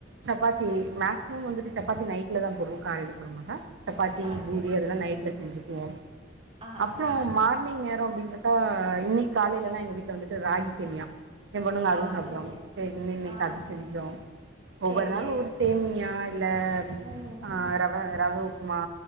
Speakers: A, on the right; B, on the right.
A: சப்பாத்தி மேக்ஸிமம் வந்துட்டு சப்பாத்தி நைட்டில தான் போடுவோம் காலைல போடமாட்டோம் சப்பாத்தி
B: ஆ
A: பூரி
B: சேரி சேரி
A: அதெல்லா நைட்ல செஞ்சுக் <unintelligible>
B: ஆ
A: அப்புறம்
B: ஆ
A: மார்னிங் நேரம் அப்டின்னு ஆ இன்னைக்கு காலையில எல்லாம் எங்க வீட்டுல வந்துட்டு ராகி சேமியா என் பொண்ணுங்க அதுவும்
B: ஆ
A: சாப்பிடுவாங்க
B: சேரி சேரி
A: சரி இன்னைக்கு
B: ஆ
A: அது செஞ்சோம் ஒவ்வொரு
B: சேரி
A: நாள்
B: சேரி
A: ஒரு சேம் பியார் இல்ல
B: ம்
A: ஆஹ் ரவ ரவை உப்மா